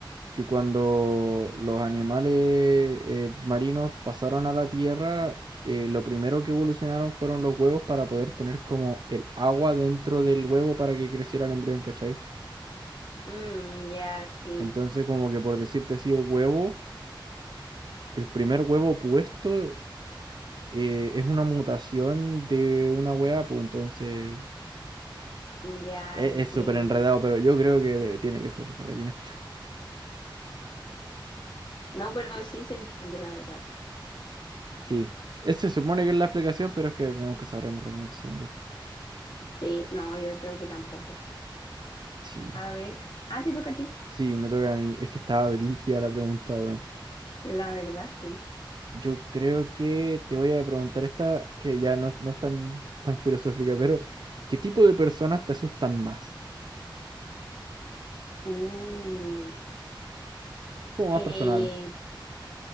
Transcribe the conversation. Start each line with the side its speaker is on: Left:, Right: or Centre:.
Right: que cuando los animales eh, marinos pasaron a la tierra, eh, lo primero que evolucionaron fueron los huevos para poder tener como el agua dentro del huevo para que creciera el embrión, ¿cachai?
Left: mm, ya, sí,
Right: Entonces como que por decirte así, el huevo, el primer huevo puesto eh, es una mutación de una hueá, pues entonces...
Left: ya
Right: E-
Left: entiendo.
Right: Es súper enredado, pero yo creo que debe- tiene que ser la gallina.
Left: No, pero sí se entiende la verdad.
Right: Sí. Ese se supone que es la explicación, pero es que nunca sabremos realmente, según yo.
Left: Sí, no, yo creo que tampoco.
Right: Sí.
Left: A ver, ah, te toca a ti.
Right: Sí, me toca a mí. Es que estaba brígida la pregunta, weón.
Left: La verdad, sí.
Right: Yo creo que te voy a preguntar esta, que ya no, no es tan, tan filosófica, pero ¿qué tipo de personas te asustan más?
Left: Uh.
Right: Es como
Left: Eh,
Right: más personal.